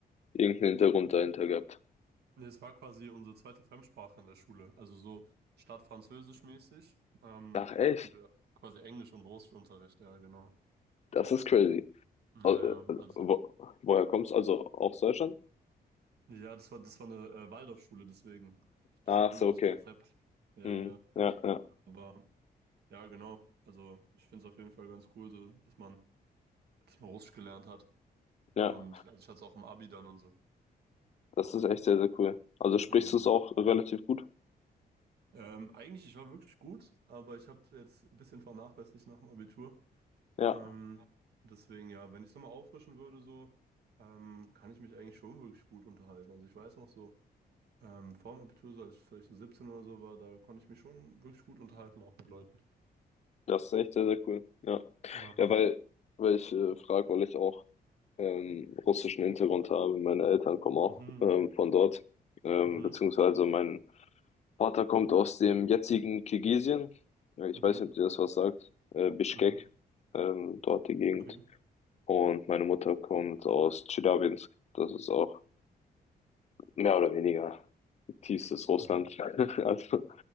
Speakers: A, on the left; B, on the right.
A: irgendeinen Hintergrund dahinter gehabt?
B: nee, es war quasi unsere zweite Fremdsprache in der Schule. Also so statt Französisch mäßig ähm,
A: Ach, echt?
B: hatten wir quasi Englisch und Russischunterricht. Ja, genau.
A: Das ist crazy.
B: Ja,
A: Au-
B: ja.
A: äh,
B: Also,
A: Wo, woher kommst du? Also aus Deutschland?
B: ja, das war, das war eine äh, Waldorfschule, deswegen. Bisschen
A: Ach
B: anderes
A: so, okay.
B: Konzept. Ja,
A: Hm.
B: ja.
A: Ja, ja,
B: Aber ja, genau. Also ich finde es auf jeden Fall ganz cool, so, dass man, dass man Russisch gelernt hat.
A: ja.
B: Und also ich hatte es auch im Abi dann und so.
A: Das ist echt sehr, sehr cool. Also sprichst
B: Mhm.
A: du es auch relativ gut?
B: Ähm, eigentlich, ich war wirklich gut, aber ich habe jetzt ein bisschen vernachlässigt nach dem Abitur.
A: Ja,
B: Ähm, deswegen ja, wenn ich es nochmal auffrischen würde, so, ähm, kann ich mich eigentlich schon wirklich gut unterhalten. Also ich weiß noch so, ähm, vor dem Abitur, so als ich vielleicht so 17 oder so war, da konnte ich mich schon wirklich gut unterhalten, auch mit Leuten.
A: das ist echt sehr, sehr cool. Ja,
B: Ja.
A: ja, weil, weil ich äh, frage, weil ich auch ähm, russischen Hintergrund habe. Meine Eltern kommen auch
B: Mhm.
A: ähm, von dort, ähm,
B: Mhm.
A: beziehungsweise mein Vater kommt aus dem jetzigen Kirgisien. Ja, Ich
B: Mhm.
A: weiß nicht, ob dir das was sagt. Äh, Bischkek,
B: Mhm.
A: ähm, dort die Gegend.
B: Okay.
A: Und meine Mutter kommt aus Tscheljabinsk. Das ist auch mehr oder weniger tiefstes Russland.
B: Mhm.
A: <laughs> Also